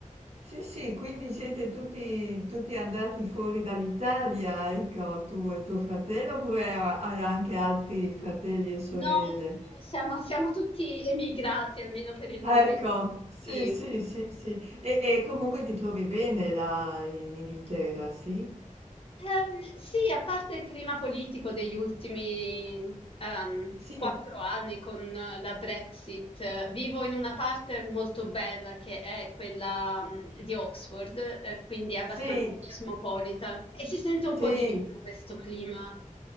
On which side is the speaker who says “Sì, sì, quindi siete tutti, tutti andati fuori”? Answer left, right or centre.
Right